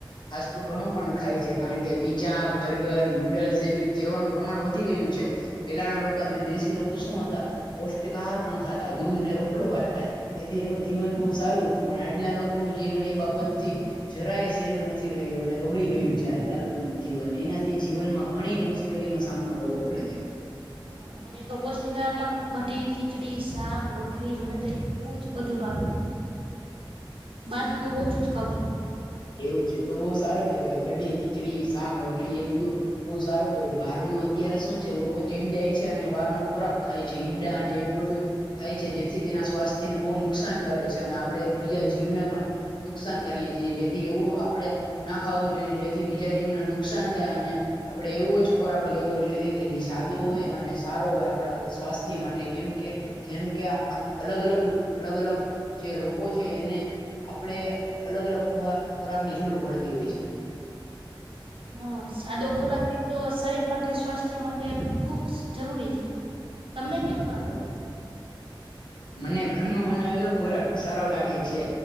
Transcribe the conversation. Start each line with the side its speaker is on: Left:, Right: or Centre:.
Left: ફાસ્ટ ફૂડ ઘણું પણ ખાય છે કારણ કે બીઝા બર્ગર નુડલ્સ જેવી જેવાનું પ્રમાણ વધી ગયું છે. પેલાના લોકો દેશી લોકો શું હતા. પૌષ્ટિક આહાર પણ ખાતા. દૂધ ને રોટલો ખાતા. તેથી એનું જીવન બહુ સારું હતું. પણ આજના લોકો ન જીવન એ બાબત થી જરાય સેલું નથી રહ્યું અને બગડી ગયું છે. આજના લોકોનું જીવન એનાથી જીવનમાં ઘણી મુ મુશ્કેલી નો સામનો કરવો પડે છે.
Right: હા મને. તો પૌષ્ટિકારમાં કઢી ખીચડી શાક રોટલી મને તે એવું જ બધું ભાવે.
Left: <unintelligible>
Right: બાર ન તો ઓછું જ ખાવં છું.
Left: એવું છે. તો બહુ સારું કેવાય કઢી ખીચડી શાક રોટલી એ બધું બહુ સારું કેવાય. નું અત્યારે શું છે. લોકો જીમ જાય છે અને બહાર નો ખોરાક ખાય છે. ઈંડા અને એવું બધું ખાય છે જેથી તેના સ્વાસ્થ્યને બહુ નુકસાન કરે છે. અને આપડણે બીજા જીવને પણ નુકસાન કરીએ છીએ. જેથી એવું આપડે ના ખાવું જોઈએ જેથી બીજા જીવને નુકસાન થાય. અને આપડે એવો જ ખોરાક લેવો જોઈએ કે જે સાદો હોય અને સારો હોય. આપણા સ્વાસ્થ્ય માટે કેમ કે જેમ કે અલગ અલગ અલગ અલગ જે લોકો છે એને આપડે અલગ અલગ ખ ખોરાકની જરૂર પડતી હોય છે.
Right: હા સાદો ખોરાક પ તો શરીર માટે સ્વાસ્થ્ય માટે ખુબ જરૂરી છે. તમને કયયો ખોરાક ગમે?
Left: મને ઘરમાં બનાવેલો ખોરાક સારો લાગે છે.